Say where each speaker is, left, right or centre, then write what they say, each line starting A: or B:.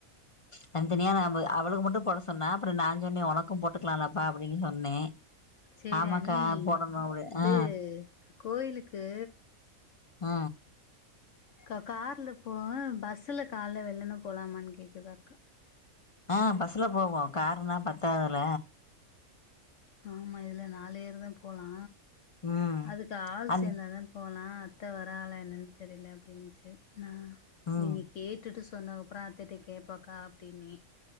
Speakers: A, on the left; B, on the left.
A: தனியா தனியா ந அவளுக்கு மட்டும் போட சொன்னா அப்றோ நா சொன்னே உனக்கும் போட்டுக்கலாம்ப்பா அப்டின்னு சொன்னே
B: செரி
A: ஆமாக்கா
B: அண்ணி
A: போடணு அப்டி
B: இது
A: ஆ
B: கோயிலுக்கு
A: அ
B: க கார்ல போம் பஸ்ல காலல வெள்ளன்ன போலாமான்னு கேக்குது அக்கா
A: ஆ பஸ்ல போவோ காருன்னா பத்தாதுல
B: ஆமா இதுல நாலு ஏர் தா போலா
A: ம்
B: அதுக்கு ஆள்
A: அந்
B: சேர்ந்தாதான் போலாம் அத்த வரலா என்னன்னு தெரியல அப்படின்னுச்சு நா
A: ம்
B: நீங்கெ கேட்டுட்டு சொன்னக்கப்பறோ அத்தகிட்ட கேட்போக்கா அப்டின்னே